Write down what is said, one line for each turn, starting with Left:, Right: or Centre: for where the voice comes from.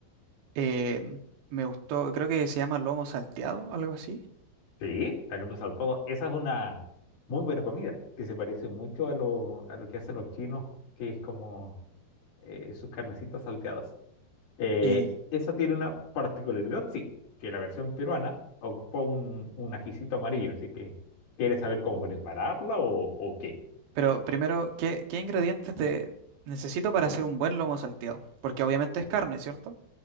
Right: Eh, me gustó, creo que se llama lomo salteado, algo así.
Left: Sí, tal al todo. Esa es una muy buena comida que se parece mucho a lo, a lo que hacen los chinos, que es como eh, sus carnecitas salteadas. Eh,
Right: Y,
Left: esa tiene una particularidad, sí, que la versión peruana ocupa un, un ajicito amarillo, así que ¿quieres saber cómo prepararla o, o qué?
Right: pero primero, ¿qué, qué ingredientes de- necesito para hacer un buen lomo salteado? Porque obviamente es carne, ¿cierto?